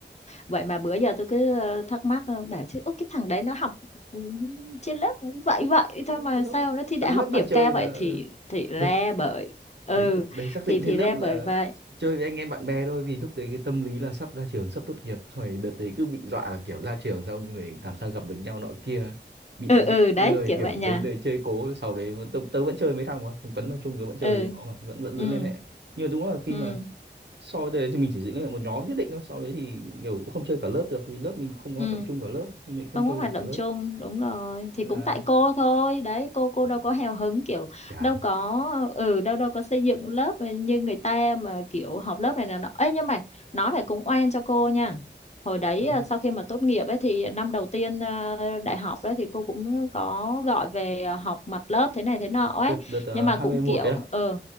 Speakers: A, on the left; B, on the right.
A: vậy mà bữa giờ tôi cứ ờ, thắc mắc, ờ, bảo chứ, "Ủa, cái thằng đấy nó học ừ, trên lớp cũng vậy vậy thôi mà
B: thế thôi
A: sao nó thi
B: tần
A: đại học
B: lớp
A: điểm
B: tạt trời
A: cao vậy,
B: mà
A: thì, thì ra
B: Ừ.
A: bởi, ừ,
B: cái đợt đấy xác
A: thì,
B: định
A: thì
B: thế lớp
A: ra
B: là
A: bởi vậy,
B: chơi với anh em bạn bè thôi vì lúc đấy cái tâm lý là sắp ra trường sắp tốt nghiệp rồi đợt đấy cứ bị dọa là kiểu ra trường xong rồi làm sao gặp được nhau nọ kia bị
A: ừ,
B: dị
A: ừ, đấy,
B: người
A: kiểu
B: kiểu
A: vậy
B: đến
A: nha,
B: đây chơi cố sau đấy tớ, tớ vẫn chơi mấy thằng mà thằng Tuấn thằng Trung tớ vẫn chơi
A: ừ,
B: với nó mà vẫn vẫn
A: ừ,
B: giữ liên hệ nhưng mà đúng là khi
A: ừ,
B: mà so với đây thì mình chỉ giữ liên hệ một nhóm nhất định thôi sau đấy thì kiểu cũng không chơi cả lớp được vì lớp mình không có
A: ừ.
B: hoạt động chung cả lớp nên mình không
A: không
B: chơi
A: có hoạt
B: được
A: động
B: cả lớp
A: chung đúng rồi thì
B: Nên
A: cũng
B: là
A: tại cô thôi đấy cô cô
B: Ừ,
A: đâu có hào hứng kiểu
B: chán
A: đâu có ừ đâu đâu có xây dựng lớp như người ta mà kiểu họp lớp này là nó ấy nhưng mà nói phải cũng oan cho cô nha hồi đấy
B: ờ,
A: à, sau khi mà tốt nghiệp ấy thì năm đầu tiên à, đại học đấy thì cô cũng có gọi về à, họp mặt lớp thế này thế nọ ấy
B: đợt đợt
A: nhưng mà
B: uh,
A: cũng
B: 21
A: kiểu
B: đấy à?
A: ừ